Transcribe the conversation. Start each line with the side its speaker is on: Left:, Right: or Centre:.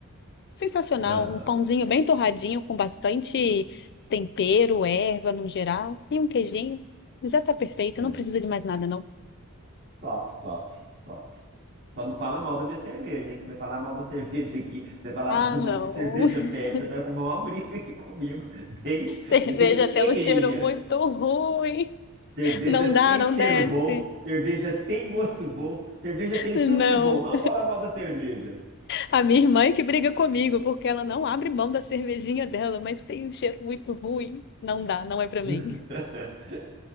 Left: sensacional.
Right: Aham.
Left: Um pãozinho bem torradinho com bastante tempero, erva no geral. E um queijinho. Já tá perfeito.
Right: É.
Left: Não precisa de mais nada, não.
Right: Top, top, top. Só não fala mal da minha cerveja, hein? Que você falar mal da <laughs> cerveja aqui, você falar
Left: Ah,
Right: de
Left: não.
Right: novo que cerveja
Left: <laughs>
Right: pede, você vai arrumar uma briga aqui comigo. Bem,
Left: Cerveja
Right: bem ferrenha.
Left: tem um cheiro muito ruim.
Right: Cerveja
Left: Não
Right: tem
Left: dá, não
Right: cheiro
Left: desce.
Right: bom, cerveja tem gosto bom, cerveja tem
Left: Não.
Right: tudo de bom. Não fala mal da cerveja.
Left: A minha irmã é que briga comigo, porque ela não abre mão da cervejinha dela, mas tem um cheiro muito ruim. Não dá, não é pra
Right: <laughs>
Left: mim.